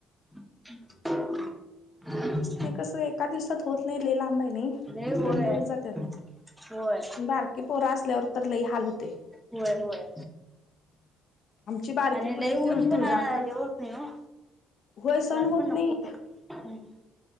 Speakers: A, in the centre; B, on the left (about 55°).
A: <inaudible>
B: ते कसं एका दिवसात होत नाही, लई लांबे नाही
A: लय होय
B: दोन दिवस जातात.
A: होय
B: बारकीे पोरा असल्यावर तर, लई हाल होते.
A: होय होय,
B: आमची बारकी
A: आणि
B: पोरगी
A: लईऊन
B: तुळ
A: पण
B: तुळजापुरात
A: आ हे होत नाही हो.
B: होय सण
A: मला
B: होत
A: पण नको
B: नाही
A: ते, हम्म.